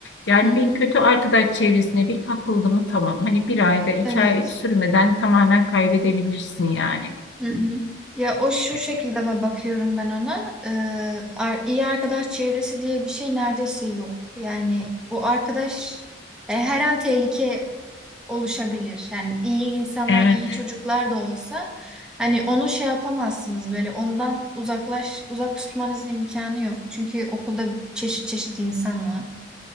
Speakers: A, on the left (about 75°); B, in the centre.
A: Yani
B: Hı hı.
A: bir kötü arkadaş çevresine bir kapıldı mı tamam. Hani bir ayda iki
B: Evet.
A: ay sürmeden tamamen kaybedebilirsin yani.
B: Hı hı. Ya o şu
A: E,
B: şekilde ba- bakıyorum ben ona. Ee, ar- iyi arkadaş çevresi diye bir şey neredeyse yok. Yani o arkadaş e, her an tehlike oluşabilir. Yani iyi insanlar,
A: Evet.
B: iyi çocuklar da olsa hani onu şey yapamazsınız böyle ondan uzaklaş uzak tutmanız imkanı yok. Çünkü okulda çeşit çeşit insan var.